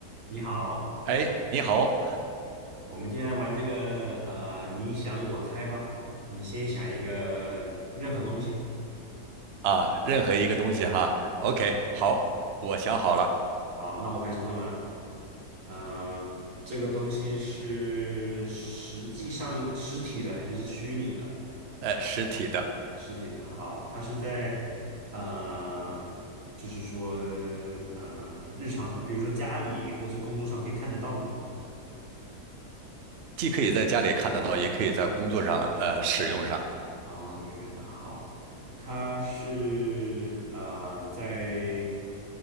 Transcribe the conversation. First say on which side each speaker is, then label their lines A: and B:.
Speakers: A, on the right; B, on the right.
A: 你好，
B: 哎，你好
A: 我们今天来玩这个呃，你想我猜吧。你先想一个任何东西。
B: 啊，任何一个东西哈，OK，好，我想好了，
A: 好，那我开始问了。嗯、这个东西是实际上实体的还是是虚拟的？
B: 呃，实体的，
A: 实体的。好，它是在呃，就是说呃，日常会，比如说家里或是工作上可以看得到的吗？
B: 既可以在家里看得到，也可以在工作上呃使用上，
A: 哦，都可以看到。好，它是呃，在